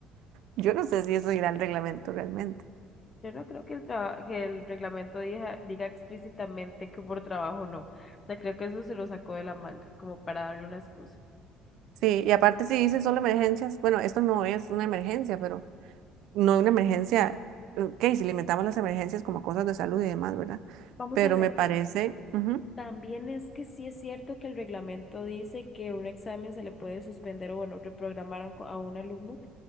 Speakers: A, on the right (about 70°); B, on the left (about 25°).
A: Yo no sé si eso irá al reglamento realmente.
B: Yo no creo que el traba- que el reglamento diga, diga explícitamente que por trabajo no. O sea, creo que eso se lo sacó de la manga, como para darle una excusa.
A: Sí, y aparte si dice solo emergencias, bueno, esto no es una emergencia, pero no una emergencia, ok, si limitamos las emergencias como cosas de salud y demás, ¿verdad?
B: Vamos
A: Pero
B: a ver.
A: me parece, ujú,
B: También es que sí es cierto que el reglamento dice que un examen se le puede suspender o, bueno, reprogramar a un, co- a un alumno